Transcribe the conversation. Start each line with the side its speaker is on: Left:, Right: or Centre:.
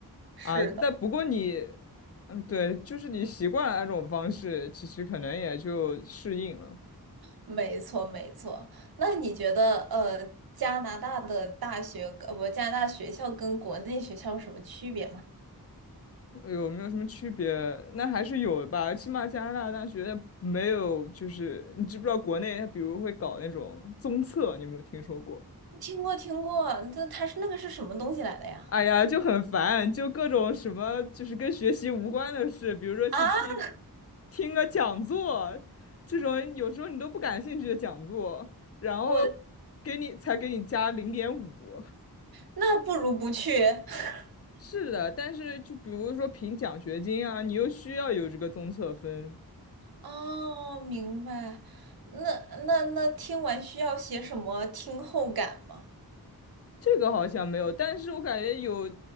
Right: 是的，
Left: 啊。但不过你，嗯，对，就是你习惯了那种方式，其实可能也就适应了。
Right: 没错没错。那你觉得，呃，加拿大的大学，呃，不，加拿大学校跟国内学校有什么区别吗？
Left: 有没有什么区别？那还是有的吧，起码加拿大大学没有，就是你知不知道国内他比如会搞那种综测，你有没有听说过？
Right: 听过听过，这他是那个是什么东西来的呀？
Left: 哎呀，就很烦，就各种什么，就是跟学习无关的事，比如说去听
Right: 啊，<laughs>
Left: 听个讲座，这种有时候你都不感兴趣的讲座，然后
Right: 我
Left: 给你才给你加零点五。
Right: 那不如不去。<laughs>
Left: 是的，但是就比如说评奖学金啊，你又需要有这个综测分，
Right: 哦，明白。那那那听完需要写什么听后感吗？
Left: 这个好像没有，但是我感觉有，